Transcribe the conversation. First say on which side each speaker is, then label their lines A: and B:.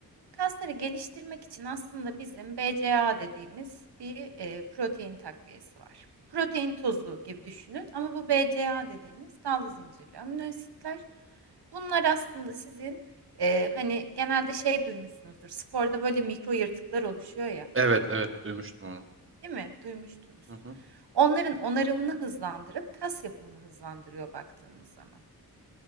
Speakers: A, on the right; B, on the right.
A: Kasları geliştirmek için aslında bizim BCAA dediğimiz bir e, protein takviyesi var. Protein tozu gibi düşünün ama bu BCAA dediğimiz dallı zincirli amino asitler. Bunlar aslında sizin e, hani genelde şey duymuşsunuzdur. Sporda böyle mikro yırtıklar oluşuyor ya.
B: Evet evet duymuştum onu.
A: Değil mi? Duymuştunuz.
B: Hı hı.
A: Onların onarımını hızlandırıp kas yapımını hızlandırıyor baktığımız zaman.